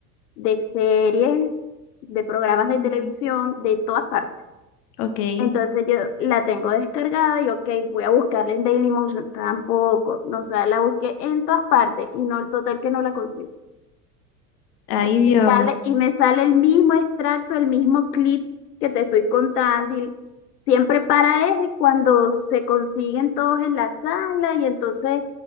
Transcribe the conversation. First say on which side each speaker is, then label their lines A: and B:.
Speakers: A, on the left (about 70°); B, on the left (about 30°).
A: de series, de programas de
B: Ujú.
A: televisión, de todas partes.
B: Ok.
A: Entonces yo la tengo descargada y ok, voy a buscarla en Dailymotion, tampoco, no, o sea, la busqué en todas partes y no, total que no la consigo.
B: Ay,
A: Y me
B: Dios.
A: sale, y me sale el mismo extracto, el mismo clip que te estoy contando y siempre para es cuando se consiguen todos en la sala y entonces